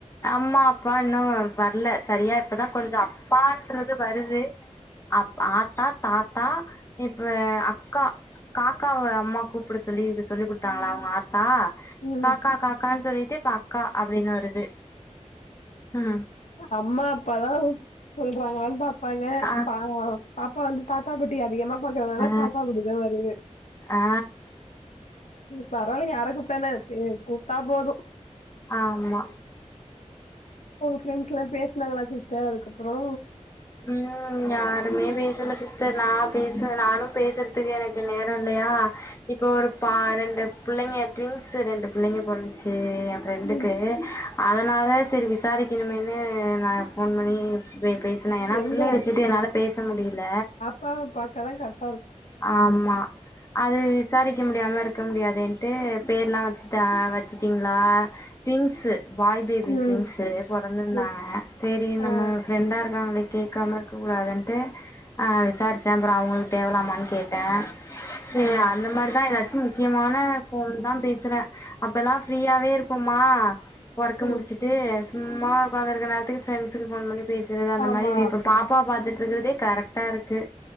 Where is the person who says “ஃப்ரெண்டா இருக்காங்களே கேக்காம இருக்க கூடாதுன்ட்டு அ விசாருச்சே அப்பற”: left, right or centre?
Left